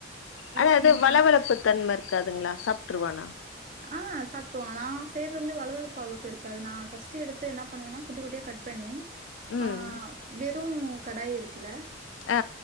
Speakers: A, on the left (about 70°); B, on the right (about 40°).
A: ஆனா
B: சும்மா
A: அது வளவளப்பு தன்ம இருக்காதுங்களா சாப்ட்டுருவானா
B: ஆ சாப்ட்ருவா நா செய்றது வந்து வளழப்பு அவ்ளுக இருக்காது நான் ஃபர்ஸ்ட் எடுத்து என்ன பண்ணுவேன்னா குட்டி குட்டியா கட் பண்ணி
A: ம்
B: ஆ வெறும் கடாய் இருக்குல்ல
A: ஆ